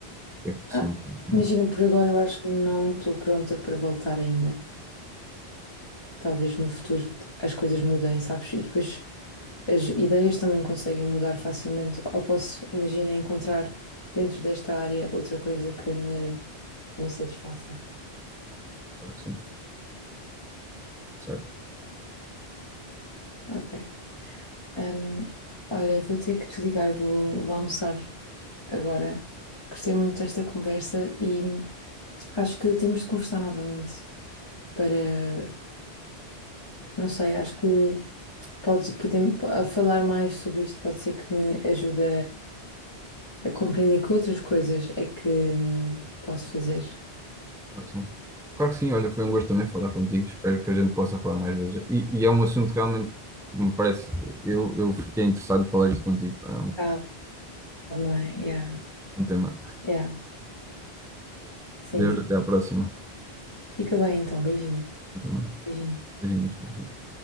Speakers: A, in the centre; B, on the left.
A: que É que sentes
B: Ah,
A: neste momento?
B: imagina, por agora eu acho que não estou pronta para voltar ainda. talvez no futuro as coisas mudem, sabes? E depois as ideias também conseguem mudar facilmente. Ou posso, imagina, encontrar dentro desta área outra coisa que me, me satisfaça.
A: Claro que sim, certo,
B: Ok. Hum, olha, vou ter que desligar, vou, vou almoçar agora. Gostei muito desta conversa e acho que temos de conversar novamente para, não sei, acho que podes, podemos, a falar mais sobre isto pode ser que me ajude a compreender que outras coisas é que hum, posso fazer.
A: claro que sim. Claro que sim, olha, foi um gosto também falar contigo, espero que a gente possa falar mais vezes. E, e é um assunto realmente que me parece, eu, eu fiquei interessado em falar isso contigo, pá, é um-
B: Ah, não é? Yeah.
A: Um tema.
B: Yeah. Sim.
A: Deus, até a próxima.
B: Fica bem então. Beijinho.
A: Eu também.
B: Beijinho.
A: Beijinhos, beijinhos.